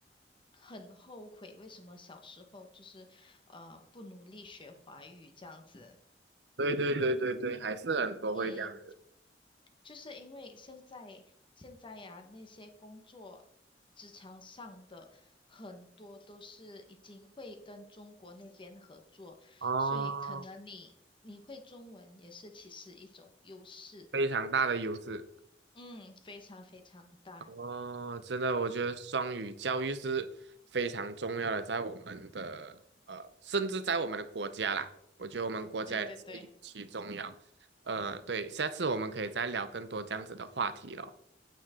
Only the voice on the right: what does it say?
对对对对对，还是很多会这样子
哦。
非常大的优势
哦，真的，我觉得双语教育是非常重要的，在我们的呃，甚至在我们的国家啦，我觉得我们国家也是尤其重要。
呃，对，下次我们可以再聊更多这样子的话题咯。